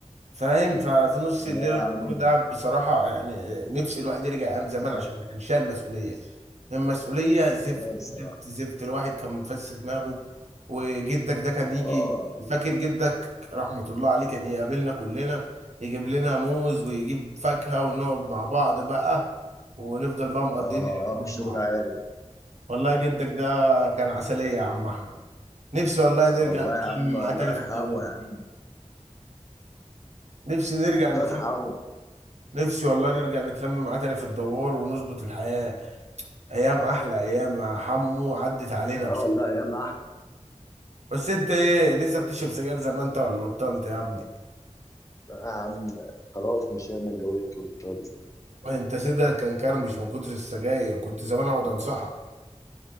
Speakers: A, on the right; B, on the left.
A: فاهم ففي نص
B: لا
A: الليل
B: يا
A: الحوار
B: عم
A: ده بصراحه يعني نفسي الواحد يرجع ايام زمان
B: اه
A: عشان ما كانش شايل المسؤوليه المسؤوليه زفت
B: اه الصراحه
A: زفت زفت الواحد كان مفس دماغه وجدك ده كان يجي
B: اه
A: فاكر جدك رحمه الله عليه كان يقابلنا كلنا يجيب لنا موز ويجيب فاكهه ونقعد مع بعض بقى ونفضل بقى مقضيين
B: اه
A: اليوم
B: شغل
A: مع بعض
B: عالي
A: والله جدك ده كان عسلية يا عم أحمد نفسي والله نرجع
B: والله
A: نتلم
B: يا عم
A: معاه
B: الله
A: تاني
B: يرحمه
A: في الدوار
B: يا عم
A: نفسي نرجع
B: الله
A: نتلم
B: يرحمه
A: نفسي والله نرجع نتلم معاه تاني في الدوار ونظبط الحياة أيام أحلى أيام يا حمو عدت علينا
B: اه
A: بس
B: والله يا ما أحمد.
A: بس أنت إيه لسه بتشرب سجاير زي ما أنت ولا بطلت يا ابني
B: لا يا عم خلاص مش انا اتجوزت واتطلقت
A: أنت سيدها كان كرمش من كتر السجاير كنت زمان أقعد أنصحك